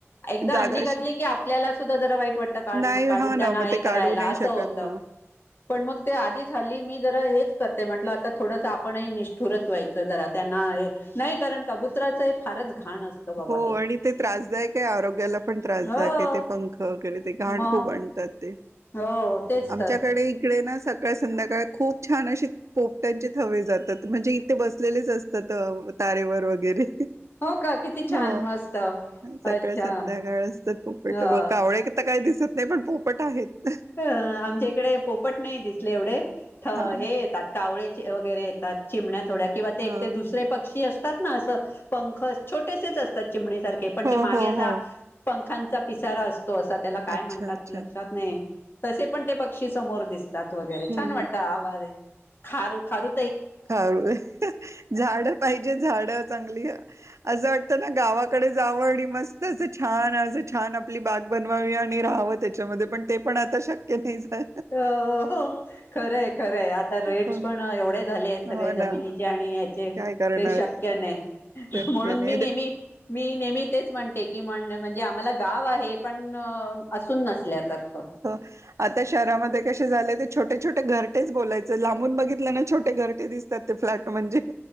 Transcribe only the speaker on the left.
एकदा
अंडी
घातली की आपल्याला सुद्धा जरा वाईट वाटतं
काढून
त्यांना
हे
करायला
असं
होतं.
पण मग ते आधीच हली मी जरा हेच करते म्हटलं आता थोडस आपणही नीष्ट दूरच रच व्हायचं जरा त्यांना हे नाही कारण कबुतराच हे- अरे धूत घाण असत बबा
ते,
हो
मग
हो तेच
तर
हो का किती छान
मस्त
अच्छा
हा
अ आमच्या इकडे पोपट नाही दिसले एवढे हेे
येतात कावळे वगैरे येतात चिमण्या थोड्या किंवा ते
एक ते दुसरे पक्षी अस तात ना असं पंख छोटेसेच असतात. चिमणीसारखे पण
ते मागे
असं
पं खांचा पिसारा अस तो असं त्याला काय
म्हणतात
लक्षात नाही. तसे पण ते पक्षी समोर दिस तात वगैरे
छान वाटतं आवाज. खारू खारू
हो अं हो खरं हाय. खरंय आता रेट्स
पण एवढे झालेत, सगळे
जमिनीचे
आणि ह्याचे
ते शक्य नाही,
म्हणून
मी नेहमी मी नेहमी तेच म्हणते, की म्हण म्हणजे आम्हाला गाव आहे, पण अं असून नसल्या सारखं